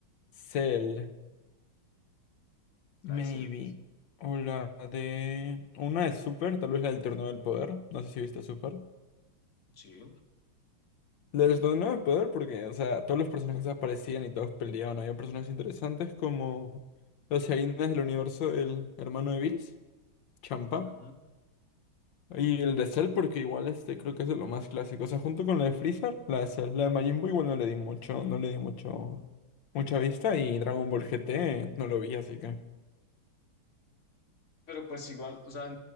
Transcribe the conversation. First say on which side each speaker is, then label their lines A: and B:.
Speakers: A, on the left (about 70°); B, on the left (about 45°).
A: Cell, maybe.
B: La de Cell.
A: O la de... Una de Super, tal vez la del Torneo del Poder. No sé si viste Super.
B: Sí.
A: La del Torneo del Poder porque, o sea, todos los personajes aparecían y todos peleaban. Había personajes interesantes como los Hyenas del universo del hermano de Bills, Champa.
B: Ajá.
A: Y el de Cell, porque igual este creo que es de lo más clásico. O sea, junto con la de Freezer, la de Cell, la de Majin Buu igual no le di mucho, no le di mucho, mucha vista. Y Dragon Ball GT no lo vi, así que.
B: Pero pues igual, o sea,